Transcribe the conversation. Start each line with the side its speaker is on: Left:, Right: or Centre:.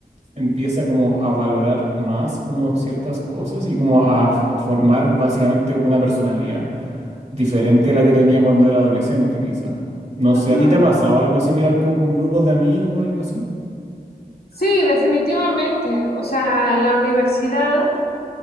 Right: empieza como a valorar más como ciertas cosas y como a a formar básicamente una personalidad diferente de la que tenía cuando era adolescente, quizá. No
Left: Ajá.
Right: sé, ¿a ti te ha pasado algo similar como con grupos de amigos o algo así?
Left: Sí, definitivamente. O sea, en la universidad